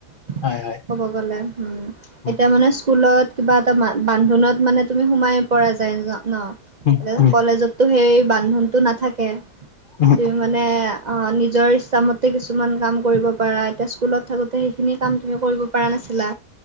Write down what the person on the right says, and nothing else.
<unintelligible>
ক'ব গ'লে উম
এতিয়া মানে স্কুলত কিবা এটা ম- বান্ধোনত মানে তুমি সোমাই পৰা যায় ন,
এতিয়া
কলেজত- টো সেই বান্ধোনটো নাথাকে,
তোমাৰ- মানে নিজৰ ইচ্ছামতে কিছুমান কাম কৰিব পাৰা এতিয়া স্কুলত থাকোঁতে সেইখিনি কাম তুমি কৰিব পা- পাৰা নাছিলা,